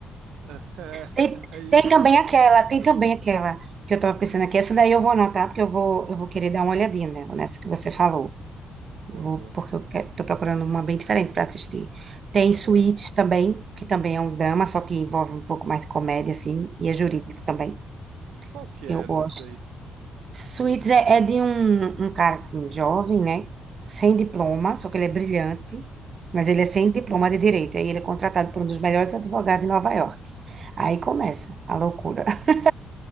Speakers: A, on the right (about 90°); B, on the right (about 40°).
A: <laughs> É,
B: Tem,
A: é, é isso.
B: tem também aquela, tem também aquela que eu estava pensando aqui. Essa daí eu vou anotar, porque eu vou, eu vou querer dar uma olhadinha nela, nessa que você
A: Boa,
B: falou.
A: boa,
B: Vou,
A: boa.
B: porque eu quero, tô procurando uma bem diferente para assistir. Tem
A: Aham.
B: Suítes também, que também é um drama, só que envolve um pouco mais de comédia, assim, e é jurídico também.
A: Qual que é
B: Eu gosto.
A: desse aí?
B: Suítes é, é de um, um cara, assim, jovem, né? Sem
A: Uhum.
B: diploma, só que ele é brilhante, mas ele é sem diploma de direito. Aí ele é contratado por um dos melhores advogados de Nova York. Aí começa a loucura. <laughs>